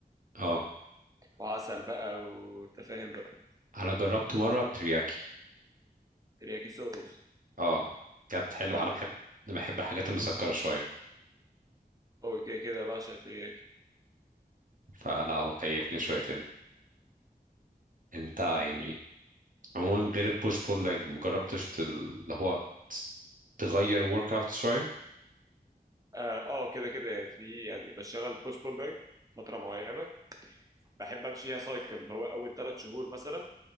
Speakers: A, on the right; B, on the right.
A: اه
B: وعسل بقى وانت فاهم بقى
A: انا جربت مره بترياكي
B: ترياكي صوص
A: اه كانت حلوه
B: قوي
A: انا بحب
B: كده
A: انا بحب الحاجات المسكره شويه
B: قوي كده كده بعشق الترياكي
A: فلا هو كيفني شويتين انت يعني عموما غير البوش بول لج مجربتش تل- اللي هو تس- تغير ورك اوت شويه
B: اه آه، كده كده يعني في يعني بشتغل بوست بول ليج فترة معينة بحب امشي فيها سايكل اللي هو اول ثلاث شهور مثلا